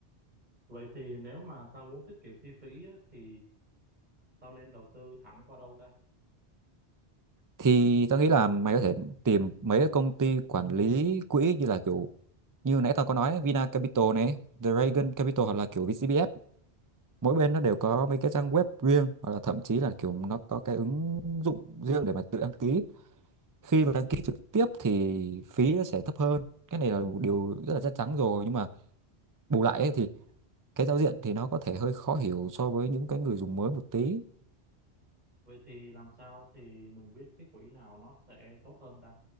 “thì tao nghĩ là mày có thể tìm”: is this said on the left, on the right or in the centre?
Right